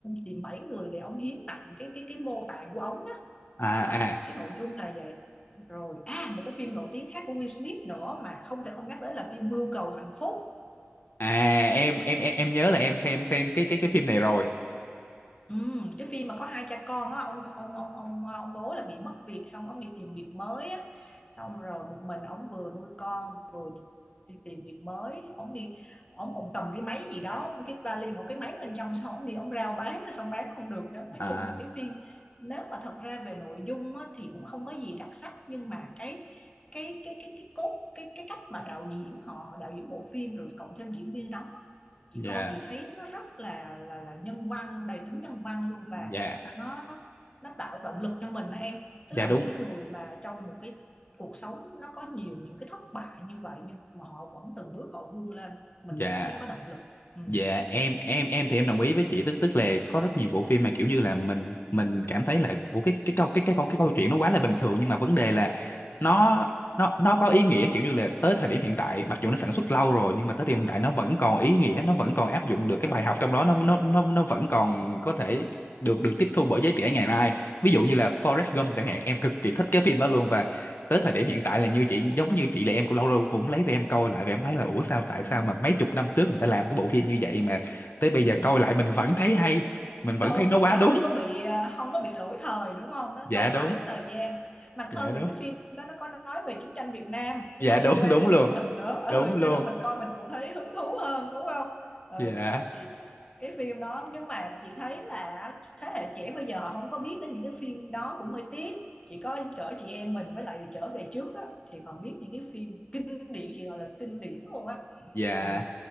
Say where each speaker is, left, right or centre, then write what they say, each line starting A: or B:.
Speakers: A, on the left; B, on the left.
A: tìm bảy người để ông hiến tặng cái cái cái mô tạng của ông đó
B: À à
A: đó cái nội dung là vậy rồi à một cái phim nổi tiếng khác của Will Smith nữa mà không thể không nhắc tới là phim Mưu cầu hạnh phúc
B: à em em em em nhớ là em xem xem cái cái cái phim này rồi
A: Ừm, cái phim mà có hai cha con á ông ông ông ông ông bố là bị mất việc xong ông đi tìm việc mới á xong rồi một mình ông vừa nuôi con đi tìm việc mới ông đi ông còn cầm cái máy gì đó cái vali một cái máy bên trong xong ông đi ông rao bán xong bán không được đó nói
B: à
A: chung là cái phim nếu mà thật ra về nội dung á, thì cũng không có gì đặc sắc nhưng mà cái cái cái cái cái cốt cái cái cách mà đạo diễn họ họ đạo diễn bộ phim rồi cộng thêm diễn viên đóng á, chị
B: dạ
A: coi chị thấy nó rất là là là nhân văn đầy tính nhân văn luôn và
B: dạ
A: nó nó nó tạo động lực cho mình đó em tức
B: dạ
A: là
B: đúng
A: một cái người mà trong một cái cuộc sống nó có nhiều những cái thất bại như vậy nhưng mà họ vẫn từng bước họ vươn lên mình
B: dạ
A: cảm thấy có động lực ừ,
B: dạ em em em thì em đồng ý với chị tức tức là có rất nhiều bộ phim mà kiểu như là mình mình cảm thấy là ủa cái cái câu cái cái câu cái câu chuyện nó quá là bình thường nhưng mà vấn đề là nó nó nó có ý nghĩa kiểu như là tới thời điểm hiện tại mặc dù nó sản xuất lâu rồi nhưng mà tới thời điểm hiện tại nó vẫn còn ý nghĩa nó vẫn còn áp dụng được cái
A: đúng
B: bài học trong đó nó nó nó nó vẫn còn có thể được được tiếp thu bởi giới trẻ ngày nay ví dụ như là Forrest Gump chẳng hạn em cực kỳ thích cái phim đó luôn và tới thời điểm hiện tại là như chị giống như chị là em cũng lâu lâu cũng lấy ra em coi lại và em thấy là ủa sao tại
A: ừ,
B: sao mà mấy chục năm trước người ta làm cái bộ phim như vậy mà tới bây
A: ừ.
B: giờ coi lại mình vẫn thấy hay mình vẫn
A: đúng
B: thấy nó quá
A: nó
B: đúng
A: không có bị à, không có bị lỗi thời đúng không nó
B: dạ
A: sống
B: đúng
A: mãi với thời gian mà
B: dạ
A: hơn
B: đúng
A: nữa cái phim đó nó có nói về chiến tranh Việt Nam
B: dạ
A: nó có liên
B: đúng
A: quan
B: đúng
A: đến
B: luôn
A: nước mình nữa ừ,
B: đúng luôn
A: cho nên mình coi mình cũng thấy hứng thú hơn đúng không ừ
B: dạ
A: thì cái phim đó nhưng mà chị thấy là thế hệ trẻ bây giờ họ không có biết đến những cái phim đó cũng hơi tiếc chỉ có cỡ chị em mình với lại trở về trước á, thì còn biết những cái phim kinh điển chị gọi là kinh điển luôn á
B: Dạ,
A: ừ,